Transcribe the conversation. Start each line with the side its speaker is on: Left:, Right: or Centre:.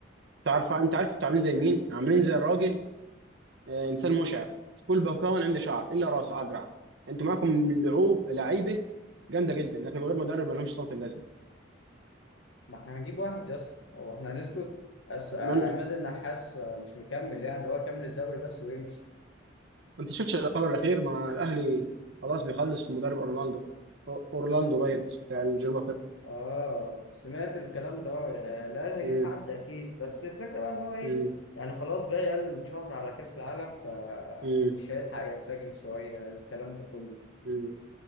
Right: تعرف انت عارف انتوا عاملين زي مين عاملين زي الراجل آه، انسان مشعر في كل بكون عنده شعر الا راسه اجرع انتوا معاكم لعوب لعيبه جامده جدا لكن من غير مدرب ما لهمش صنف اللازمه
Left: ما احنا هنجيب واحد يا اسطى هو احنا هنسكت أس-
Right: ما
Left: عماد
Right: ما
Left: النحاس مش مكمل يعني ده هو كمل الدوري بس ويمشي
Right: انت شفتش الخبر الاخير ما الاهلي خلاص بيخلص في مدرب اورلاندو أو- اورلاندو بايرتس بتاع الجنوب افريقيا
Left: اه سمعت الكلام ده آه، يعني لا أنا
Right: مم،
Left: هجيب حد اكيد بس الفكره بقى ان هو ايه
Right: مم،
Left: يعني خلاص بقى اقل من شهر على كاس العالم فمش
Right: مم،
Left: هيلحق ينسجم شويه الكلام ده كله
Right: مم.